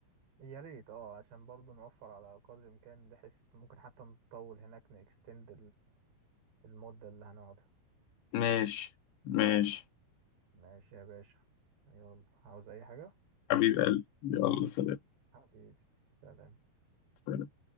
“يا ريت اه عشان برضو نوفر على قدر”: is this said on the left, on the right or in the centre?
Right